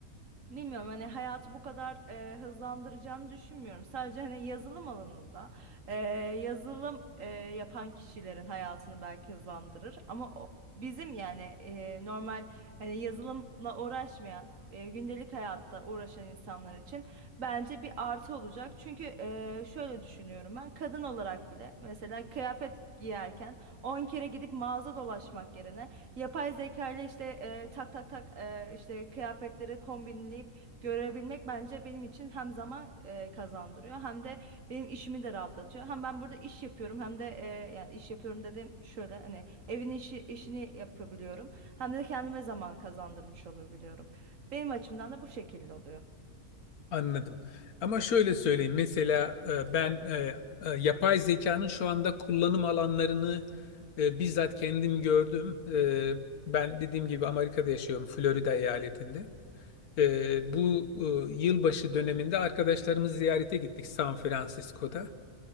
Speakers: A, on the right; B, on the left.
A: Bilmiyorum hani hayatı bu kadar e, hızlandıracağını düşünmüyorum. Sadece hani yazılım alanında e, yazılım e, yapan kişilerin hayatını belki hızlandırır. Ama o, bizim yani e, normal hani yazılımla uğraşmayan e, gündelik hayatta uğraşan insanlar için bence bir artı olacak. Çünkü e, şöyle düşünüyorum ben kadın olarak bile mesela kıyafet giyerken 10 kere gidip mağaza dolaşmak yerine Yapay zeka ile işte e, tak tak tak e, işte kıyafetleri kombinleyip görebilmek bence benim için hem zaman e, kazandırıyor hem de benim işimi de rahatlatıyor. Hem ben burada iş yapıyorum hem de e, yani iş yapıyorum dedim şöyle hani evin işi işini yapabiliyorum. Hem de kendime zaman kazandırmış olabiliyorum. Benim açımdan da bu şekilde oluyor.
B: Anladım. Ama şöyle söyleyeyim. Mesela e, ben e, e, yapay zekanın şu anda kullanım alanlarını e, bizzat kendim gördüm. E, Ben dediğim gibi Amerika'da yaşıyorum, Florida eyaletinde. E, Bu e, yılbaşı döneminde arkadaşlarımız ziyarete gittik San Francisco'da.